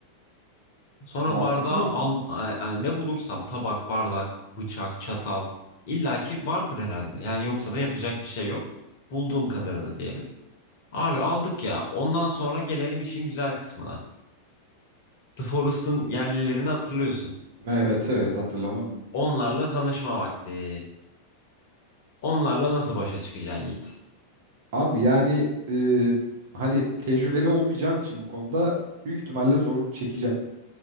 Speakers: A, on the left (about 50°); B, on the right (about 50°).
A: Sonra
B: Mantıklı.
A: bardağı al hani ne bulursam tabak, bardak, bıçak, çatal illaki vardır herhalde. Yani yoksa da yapacak bir şey yok. Bulduğum kadarını diyelim. Abi aldık ya. Ondan sonra gelelim işin güzel kısmına. The Forest'ın yerlilerini hatırlıyorsun.
B: <laughs> Evet evet hatırlamam.
A: Onlarla tanışma vakti. Onlarla nasıl başa çıkacaksın Yiğit?
B: Abi yani e, hani tecrübeli olmayacağım için bu konuda büyük ihtimalle zorluk çekeceğim.